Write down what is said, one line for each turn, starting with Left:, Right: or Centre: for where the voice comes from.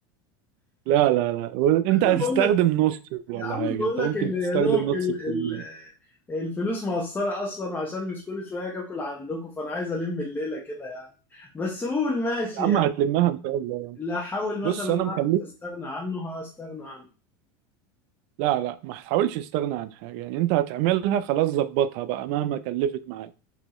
Right: لا لا لا انت
Left: <laughs>
Right: هتستخدم
Left: بقول لك
Right: نص ولا
Left: يا عم
Right: حاجة
Left: بقول
Right: انت
Left: لك
Right: ممكن
Left: ال- يا
Right: تستخدم
Left: دوبك
Right: نص
Left: ال-
Right: الكمية
Left: ال- الفلوس مقصرة أصلا عشان مش كل شوية أجي آكل عندكم فأنا عايز ألم الليلة كده يعني بس قول ماشي
Right: يا عم
Left: يعني
Right: هتلمها ان شاء الله
Left: لا أحاول
Right: بص
Left: مثلا
Right: انا مخليك
Left: أعرف أستغنى عنه هستغنى عنه
Right: لا لا ما تحاولش تستغنى عن حاجة يعني انت هتعملها خلاص ظبطها بقى مهما كلفت معاك